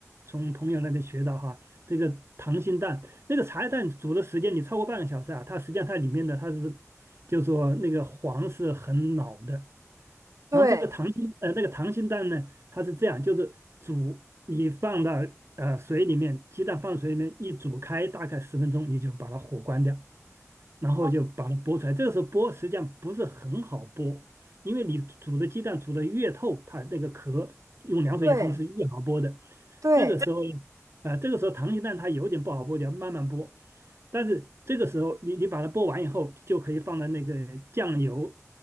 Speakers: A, on the right; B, on the right.
A: 从朋友那边学到哈，这个溏心蛋那个茶叶蛋煮的时间你超过半个小时啊，它实际上它里面的它是。就说那个黄是很老的。
B: 对
A: 然后这个溏心呃，那个溏心蛋呢，它是这样，就是煮，你放到呃水里面，鸡蛋放水里面一煮开，大概十分钟，你就把它火关掉。然后就把它剥出来。
B: 啊
A: 这个时候剥实际上不是很好剥，因为你煮的鸡蛋煮的越透，它那个壳用凉水一冲是越好剥的。
B: 对对，
A: 这个时候呢，啊、这个时候溏心蛋它有点不好剥，你要慢慢剥。但是这个时候你你把它剥完以后，就可以放在那个酱油，